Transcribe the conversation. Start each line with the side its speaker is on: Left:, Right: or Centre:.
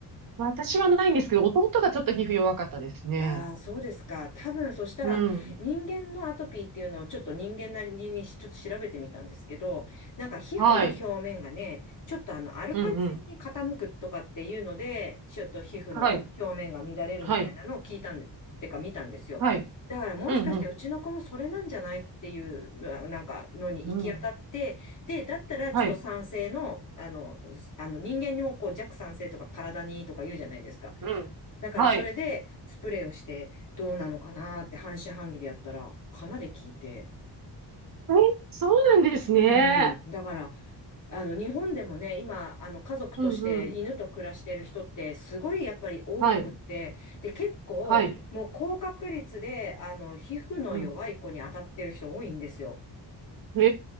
Right: 私はないんですけど、弟がちょっと皮膚弱かったですね。
Left: ああ、そうですか。多分、そしたら、
Right: うん。
Left: 人間のアトピーっていうのをちょっと人間なりにしちょっと調べてみたんですけど、なんか皮膚の表面がね、
Right: はい。
Left: ちょっとあの、アルカリ性に傾くとかっていうので、
Right: うんうん。
Left: ちょっと皮膚の表面が乱れるみたいなのを聞いたんで、
Right: はい。はい。
Left: ってか見たんですよ。
Right: はい。
Left: だからもしかしてうちの子もそれなんじゃないっていうのなんかのに行き当たって、
Right: うんうん。うん。
Left: で、だったらちょっと酸性の、
Right: はい。
Left: あの、あの人間にもこう弱酸性とか体にいいとか言うじゃないですか。
Right: うん。
Left: だからそれでスプレーをしてどうなのかなって半信半疑でやったらかなり効いて。
Right: はい。え、そうなんですね。
Left: うん。だから、あの日本でもね、今、あの家族として犬と暮らしてる人ってすごいやっぱり多くって、
Right: うんうん。はい。
Left: で、結構もう高確率であの皮膚の弱い子に当たってる人多いんですよ。
Right: はい。うん。へ